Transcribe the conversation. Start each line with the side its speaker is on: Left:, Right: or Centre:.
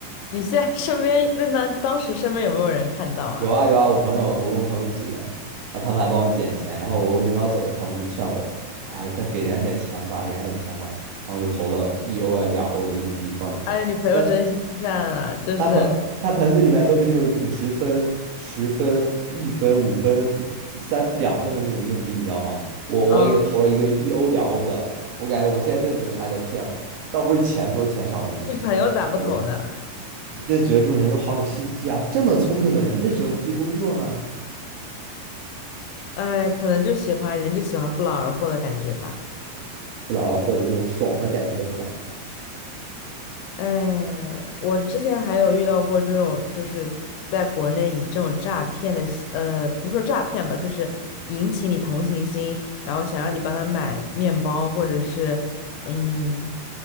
Left: 你现在身边那那当时身边有没有人看到啊？
Right: 有啊有啊，我朋友，我跟我朋友一起的，然后他们还帮我捡钱，然后我我准备要走了，他们就劝我，哎呀，再给人家点钱吧，给人家点钱吧，然后我就投了一欧啊两欧的硬币放进去了，
Left: 哎，你朋友真心善啊，
Right: 那
Left: 就是
Right: 他盆他盆子里面都是那种五十分、十分、一分、五分、三两分的那种硬币，你知道吗？我我给他投了一个一欧两欧的，
Left: 嗯，
Right: 我感觉我现在真的觉得他还在骗我，倒不是钱多钱少问题，是真的觉得
Left: 你朋友咋不投呢？
Right: 真的觉得这种人都好有心机啊，这么聪明的人为什么不去工作呢？
Left: 哎，可能就喜欢人就喜欢不劳而获的感觉吧。
Right: 不劳而获的这种爽的感觉，是吧？
Left: 哎，我之前还有遇到过这种，就是在国内以这种诈骗的西呃，不是说诈骗吧，就是引起你同情心，然后想让你帮他买面包，或者是嗯，